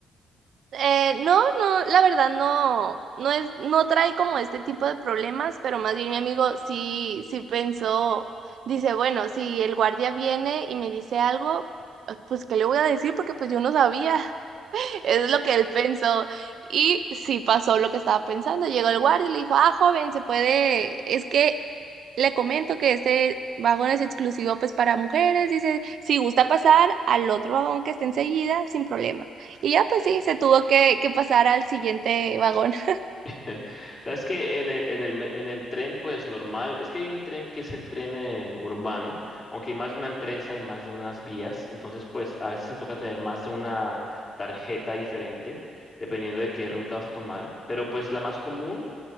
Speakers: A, on the right; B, on the left.
A: Eh, no, no, la verdad no, no es, no trae como este tipo de problemas, pero más bien mi amigo sí, sí pensó, dice, bueno, si el guardia viene y me dice algo, pues ¿qué le voy a decir? Porque pues yo no sabía. Es lo que él pensó. Y sí pasó lo que estaba pensando. Llegó el guardia y le dijo, ah, joven, se puede, es que le comento que este vagón es exclusivo pues para mujeres. Dice, si gusta pasar al otro vagón que está enseguida, sin problema. Y ya pues sí, se tuvo que, que pasar al siguiente vagón. <laughs>
B: <laughs> Sabes que en el, en el, me- en el tren, pues normal, es que hay un tren que es el tren eh, urbano, aunque hay más de una empresa y más de unas vías, entonces pues a veces se toca tener más de una tarjeta diferente, dependiendo de qué ruta vas a tomar, pero pues la más común.